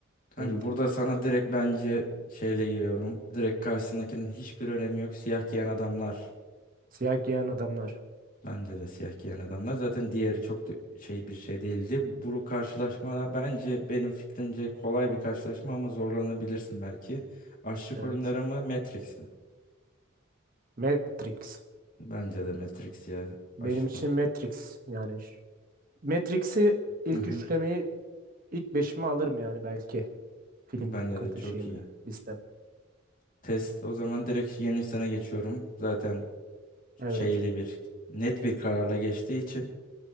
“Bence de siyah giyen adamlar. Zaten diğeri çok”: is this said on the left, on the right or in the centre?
Left